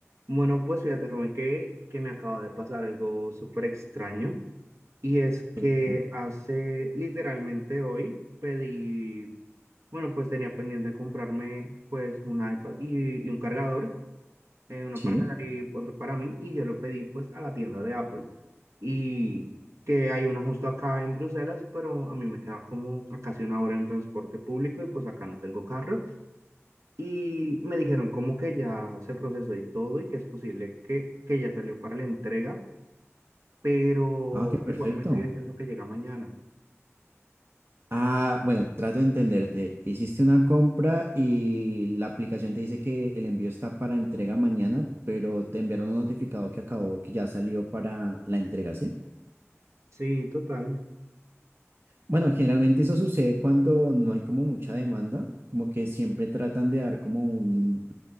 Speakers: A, on the right; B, on the right.
A: Bueno, pues fíjate, Rubén, que, que me acaba de pasar algo súper extraño. Y es
B: ¿Por
A: que
B: qué?
A: hace literalmente hoy pedí, bueno, pues tenía pendiente comprarme pues un iPad y, y un cargador, eh, uno
B: Sí.
A: para regalar y otro para mí. Y yo lo pedí pues a la tienda de Apple. Y que hay una justo acá en Bruselas, pero a mí me queda como a casi una hora en transporte público y pues acá no tengo carro. Y me dijeron como que ya se procesó y todo y que es posible que, que ya salió para la entrega, pero
B: Ah, ok,
A: igual
B: perfecto.
A: me sigue diciendo que llega mañana.
B: Ah, bueno, trato de entenderte. Hiciste una compra y la aplicación te dice que el envío está para entrega mañana, pero te enviaron un notificado que acabó, que ya salió para la entrega, ¿sí?
A: Sí, total.
B: Bueno, generalmente eso sucede cuando no hay como mucha demanda, como que siempre tratan de dar como un,